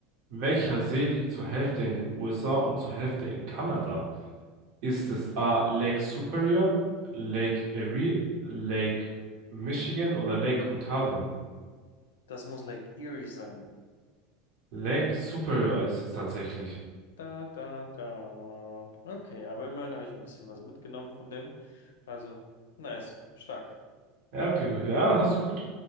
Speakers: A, on the right (about 65°); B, on the left (about 80°).
A: welcher See liegt zur Hälfte in den USA und zur Hälfte in Kanada? Ist es A. Lake Superior, Lake Erie, Lake Michigan oder Lake Ontario?
B: Das muss Lake Erie sein.
A: Lake Superior ist es tatsächlich.
B: Da, da, da. Okay, aber immerhin habe ich ein bisschen was mitgenommen von dem. Also, nice, stark.
A: Ja, okay, gut. ja, hast du gut